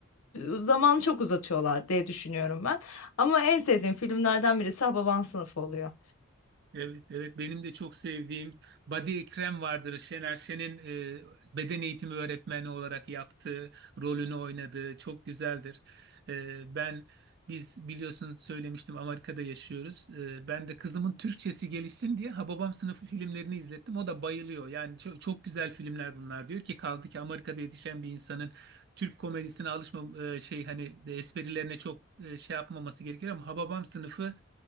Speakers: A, on the left; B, on the right.
A: <laughs> zamanı çok uzatıyorlar diye düşünüyorum ben. Ama en sevdiğim filmlerden birisi Hababam Sınıfı oluyor.
B: Evet, evet benim de çok sevdiğim Badi Ekrem vardır. Şener Şen'in e, beden eğitimi öğretmeni olarak yaptığı rolünü oynadığı çok güzeldir. E, ben biz biliyorsun söylemiştim Amerika'da yaşıyoruz. E, ben de kızımın Türkçesi gelişsin diye Hababam sınıfı filmlerini izlettim. O da bayılıyor. Yani çok, çok güzel filmler bunlar diyor ki kaldı ki Amerika'da yetişen bir insanın Türk komedisine alışma e, şey hani esprilerine çok e, şey yapmaması gerekiyor ama Hababam sınıfı